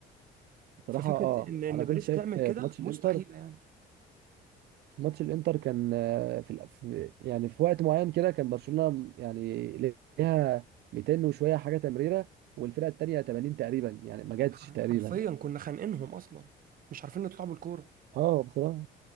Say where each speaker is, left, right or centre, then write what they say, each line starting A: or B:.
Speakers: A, on the right; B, on the right.
A: بصراحه
B: ففكرة
A: اه
B: ان ان
A: انا
B: باريس
A: كنت شايف
B: تعمل
A: آه،
B: كده
A: في ماتش
B: مستحيلة
A: الانتر
B: يعني
A: في ماتش الانتر كان آه، في, الأف- يعني في وقت معين كده كان برشلونه يعني ليها 200 وشويه حاجه تمريره والفرقه التانيه 80 تقريبا يعني ما جاتش
B: حر-
A: تقريبا
B: حرفيا كنا خانقينهم اصلا مش عارفين نطلع بالكوره
A: اه بصراحه